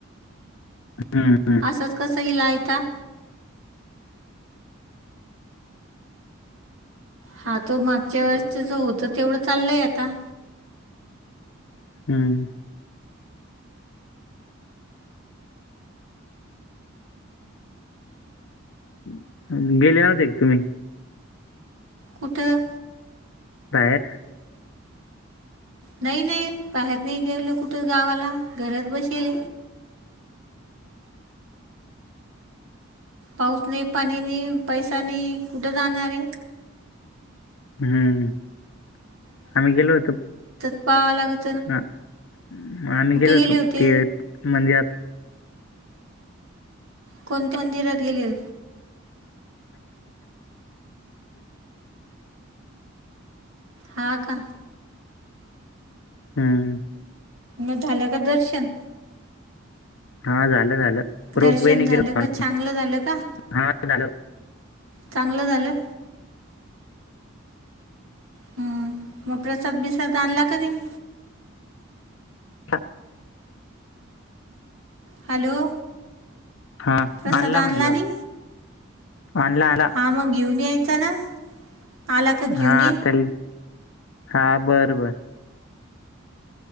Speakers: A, on the left; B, on the right.
A: हम्म.
B: असच कसंहीलायता. हा तो मागच्या वेळेस त्याचं होत तेवढं चाललय आता.
A: हम्म. <inaudible> गेले नव्हते तुम्ही.
B: कुठं?
A: बाहेर
B: नाही नाही बाहेर नाही गेवलं कुठं गावाला घरात बसेल पाऊसने पाणीने पैसाने कुठे जाणारे
A: हम्म आम्ही गेलो होतो
B: त पाहाव लागत
A: हा आम्ही गेलो होतो
B: गेले होते
A: ते मंदिरात
B: कोणत्या मंदिरात गेले हो हा का
A: हम्म
B: मग झालं का दर्शन
A: हा झालं झालं
B: दर्शन
A: रोप वे नि
B: झालं
A: केील पा
B: का चांगलं झालं का
A: हा झालं
B: चांगलं झालं ह मग प्रसाद विसााद आण आणला कररीी
A: ह
B: हॅलो
A: हां,
B: प्रसाद आणला
A: म्हणलं.
B: नि
A: आणला, आणला.
B: हा मग घेऊन यायचा ना आला का घेऊन
A: हाता
B: ये
A: हा बरं बर